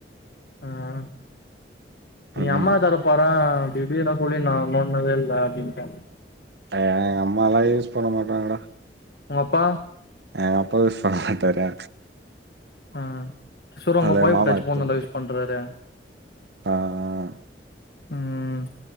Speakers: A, on the left; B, on the right.
A: உம் நீ
B: ம்.
A: அம்மா தர ப்போறே அப்டிஇப்டி எத்னா சொல்லின்னோ நோன்னதே இல்ல அப்டின்டு
B: ஆ எங்கம்மாலா யூஸ் பண்ண மாட்டாங்கடா
A: உங்கப்பா
B: எங்கப்பா யுஸ் பண்ண மாட்டாரே
A: ஆ செர்வங்கப்பாவே
B: அதில எங்க
A: இப்ப
B: மாமா
A: டச்சு
B: எடுத்துன்னு
A: போனந்தா
B: போயிட்டாரு.
A: யூஸ் பண்றாரு
B: ஆ ஆ
A: உம்